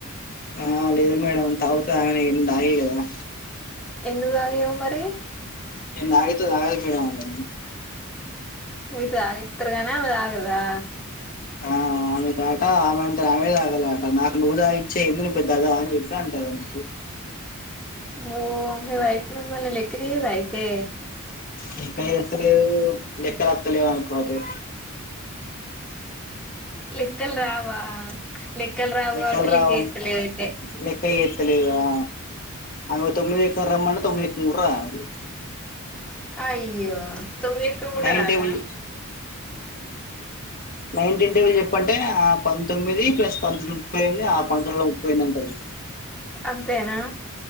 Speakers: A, on the left (about 40°); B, in the centre.
A: ఆ లేదు మేడమ్ తాగుతది ఆమెనే మేం తాగియం గదా
B: ఎందుకు దాగియావ్ మరి
A: నేను తాగితే తాగదు మేడమ్ ఆమె
B: మీర్ తాగిత్తరు గాని ఆమె తాగదా
A: ఆ ఆమె తాట ఆమె అంటే ఆమెనే తాగల వాటర్ నాకు నువ్వు తాగి ఇచ్చే ఎందుకని పెద్దగా అని చెప్ ట్టే అంటది ఆమె
B: ఓ మీ వైఫ్ మిమ్మల్ని లెక్క చేయదైతే
A: లెక్క చేస్తలేదు లెక్కలు వస్తలేవు అనుకో ఆమెకి
B: లెక్కలు రావా లెక్కలు రావు
A: లెక్కలు
B: కాబట్టి లెక్క
A: రావం
B: చేత్తలేదు అయితే
A: లెక్కాచేత్తలేదు ఆ ఆమె తొమ్మిది ఎకర రమ్మంటే తొమ్మిది ఏకం కూడా రాదు
B: అయ్యో తొమ్మిదేక్కం కూడా
A: నైన్
B: రాదా
A: టేబుల్ నైన్ట్ ఇంటు చెప్పంటే ఆ పం పంతొమ్మిది ప్లస్ పంతొమ్మిది ముప్పైనిమిది ఆ పంతొమ్మిదిలో ముప్పై ఎన్నాటంది
B: అంతేనా